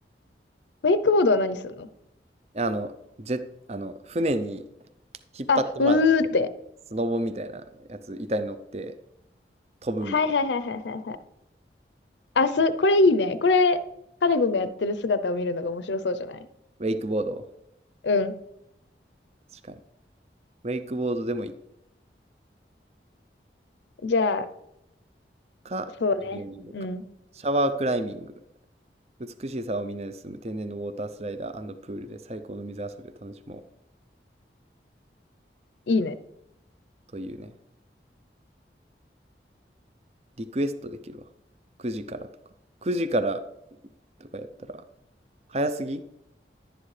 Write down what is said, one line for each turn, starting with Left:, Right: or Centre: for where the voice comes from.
Left: ウェイクボードは何するの
Right: あの、ジェ、あの、船に引っ張ってもらって、
Left: あ、うーって。
Right: スノボみたいなやつ、板に乗って飛ぶみたいな。
Left: はいはいはいはいはいはい。あ、す、これいいね。これ、カネ君がやってる姿を見るのが面白そうじゃない
Right: ウェイクボード。
Left: うん。
Right: 確かに。ウェイクボードでもいい
Left: じゃあ、
Right: か、
Left: そうね。
Right: キャニオニングか。
Left: うん。
Right: シャワークライミング。美しい沢をみんなで進む天然のウォータースライダープールで最高の水遊びを楽しもう
Left: いいね。
Right: というね。リクエストできるわ。9時からとか。9時からとかやったら、早すぎ